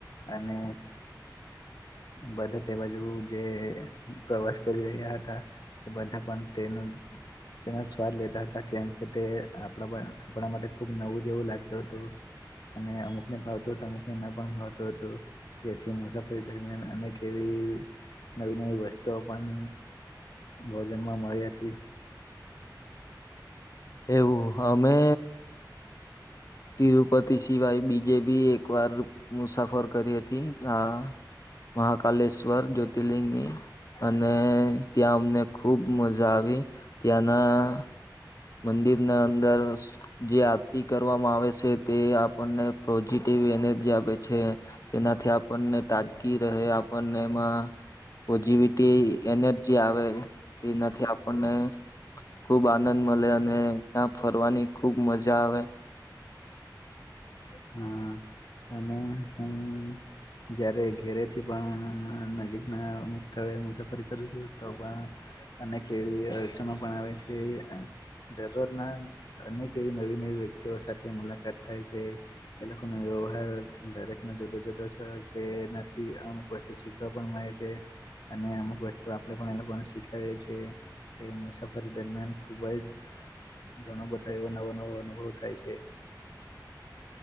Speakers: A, on the left; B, on the left.
A: અને બધ તે બાજુ જે પ્રવાસ કરી રહ્યા હતા તે બધા પણ જ સ્વાદ લેતા હતા. તા કે એમ કે તે આપણા આપણા માટે ખૂબ નવું જેવું લાગતું હતું. અને અમુક ને ભાવતો હતો અમુક ને ના પણ ભાવતો હતુ જેથી મુસાફરી દરમિયાન અનેક એવી નવી નવી વસ્તુઓ પણ ભોજનમાં મળર હતી.
B: એવું અમે તિરુપતિ સિવાય બીજે બી એક વાર મુસાફર કરી હતી હ મહાકાલેશ્વર જ્યોતિર્લિંગની અને ત્યાં અમને ખુબ મજા આવે ત્યાંના મંદિરના અંદર જે આરતી કરવામાં આવે છે તે આપણને પોઝિટિવ એનર્જી આપે છે તેનાથી આપણને તાજગી રહે બને એમાં પોઝિવિટી એનર્જી તેનાથી ખુબ આનંદ મળે અને ત્યાં ફરવાનિ ખુબ મજા આવે
A: હ અને હું જયારે ઘેરેથી પણ નજીકના અમુક સ્થળો મુસાફરી તો પણ અનેવી અર્ચનો પણ આવે છે. દરરોજ ના અનેક એવી નવી નવી વ્યક્તિઓ સાથે મુલાકાત થાય છે. એ વ્યવાર દરેખના જુદા જુદ જે નથી અમુક વસ્તુ શીખવા પણ મળે છે. અને અમુક વસ્તુ આપડે પણ એ લોકોને શીખાવએ છીએ. કે મુસાફરી દરમિયાન ખુબ જ ઘણો બધો એવો નવો નવો અનુભવ થાય છે.